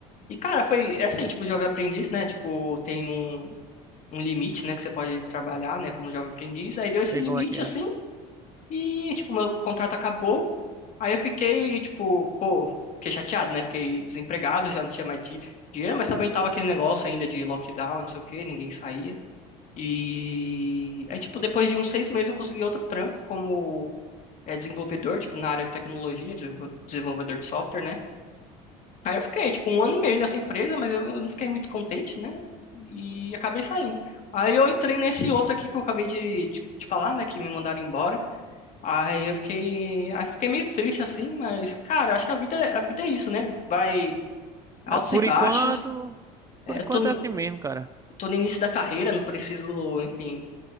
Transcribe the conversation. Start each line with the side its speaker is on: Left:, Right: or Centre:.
Left: E, cara, foi é assim, tipo, jovem aprendiz, né? Tipo, tem um, um limite, né? Que você pode trabalhar, né? Como jovem aprendiz. Aí deu esse
Right: sei
Left: limite,
Right: como é que é.
Left: assim, e, tipo, meu contrato acabou. Aí eu fiquei, tipo, pô, fiquei chateado, né? Fiquei desempregado, já não tinha mais di- dinheiro, mas também tava aquele negócio ainda de lockdown, não sei o quê, ninguém saía. E aí, tipo, depois de uns seis meses eu consegui outro trampo como é, desenvolvedor, tipo, na área de tecnologia, desenvol- desenvolvedor de software, né? Aí eu fiquei, tipo, um ano e meio nessa empresa, mas eu eu não fiquei muito contente, né? E acabei saindo. Aí eu entrei nesse outro aqui que eu acabei de te te falar, né? Que me mandaram embora. Aí eu fiquei, aí fiquei meio triste assim, mas cara, acho que a vida, a vida é isso, né? Vai altos
Right: Aí, por
Left: e baixos.
Right: enquanto,
Left: É,
Right: por enquanto
Left: tô,
Right: é assim mesmo, cara.
Left: tô no início da carreira, não preciso, enfim,